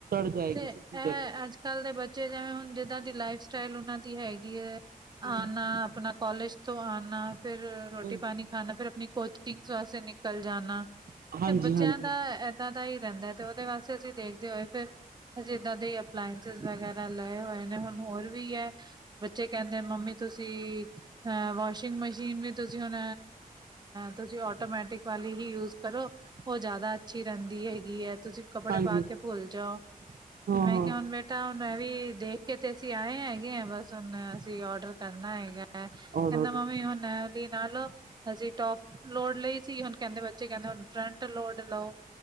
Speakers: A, on the right; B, on the right.
A: ਜਾਏਗੀ
B: ਤੇ
A: ਸੱਚੀ
B: ਐ
A: ਗੱਲ
B: ਅੱਜ-ਕੱਲ੍ਹ ਦੇ ਬੱ ਚੇ ਜਿਵੇਂ ਹੁਣ ਜਿਦਾਂ ਦੀ ਲਾਈਫ ਸਟਾਈਲ ਉਨਾਂ ਦੀ ਹੈਗੀ ਐ, ਆ
A: ਹਮ
B: ਨਾ ਆਪਣਾ ਕੋਲਜ ਤੋਂ ਆਣਾ ਫਿਰ ਰੋਟੀ
A: ਹਮ
B: ਪਾਣੀ ਖਾਨਾ ਫਿਰ ਆਪਣੀ ਕੋਚਿੰਗ ਵਾਸਤੇ ਨਿਕਲ ਜਾਣਾ।
A: ਹਾਂਜੀ
B: ਤੇ ਬੱਚਿਆਂ
A: ਹਾਂਜੀ
B: ਦਾ ਐ ਏਦਾਂ ਦਾ ਈ ਰੈਂਦੈ ਤੇ ਓਦੇ ਵਾਸਤੇ ਅਸੀਂ ਦੇਖਦੇ ਹੋਏ ਫੇਰ ਅਸੀਂ ਇੱਦਾਂ ਦੇ ਹੀ ਅਪਲਾਇੰਸ ਵਗੈਰਾ ਲਏ ਹੋਏ ਨੇ ਹੁਣ ਹੋਰ ਵੀ ਐ ਬੱਚੇ ਕੈਂਦੇ ਮੰਮੀ ਤੁਸੀਂ ਅ ਵਾਸ਼ਿੰਗ ਮਸ਼ੀਨ ਵੀ ਤੁਸੀਂ ਹੁਣ ਤੁਸੀਂ ਆਟੋਮੈਟਿਕ ਵਾਲੀ ਹੀ ਯੂਜ ਕਰੋ। ਓ ਜ਼ਿਆਦਾ ਅੱਛੀ ਰਹਿੰਦੀ ਹੈਗੀ ਐ, ਤੁਸੀਂ ਕੱਪੜੇ
A: ਹਾਂਜੀ
B: ਪਾ ਕੇ ਭੁੱਲ ਜਾਓ ਤੇ
A: ਹਾਂ
B: ਮੈਂ
A: ਹਾਂ
B: ਕਿਆ ਹੁਣ ਤਾਂ ਹੁਣ ਐ ਵੀ ਦੇਖ ਕੇ ਤੇ ਅਸੀਂ ਆਏ ਹੈਗੇ ਐ, ਬਸ ਹੁਣ ਅਸੀਂ ਔਡਰ ਕਰਨਾ ਹੈਗੈ।
A: ਔਰ
B: ਕੈਂਦਾ ਮੰਮੀ ਹੁਣ ਨਲੀ ਨਾਲ ਅਜੀ ਟੋਪ ਲੋੜ ਲਈ ਸੀ ਹੁਣ ਕੈਂਦੇ ਬੱਚੇ ਕੈਂਦੇ ਹੁਣ ਫਰੰਟ ਲੋਡ ਲਓ।